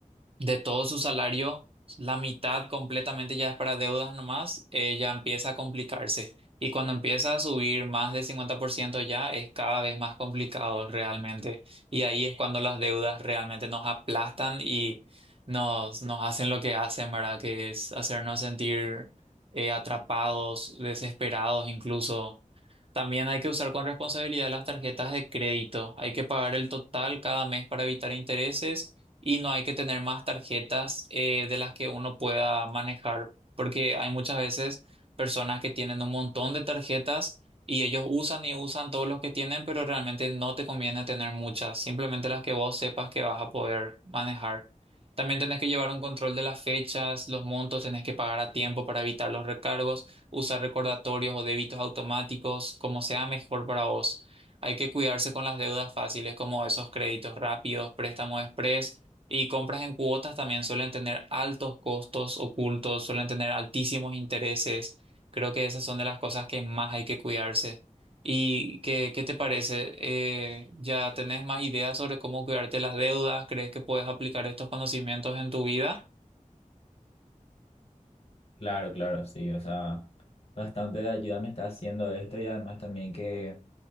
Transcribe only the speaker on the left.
Claro, claro, sí, o sea, bastante de ayuda me está haciendo esto y además también que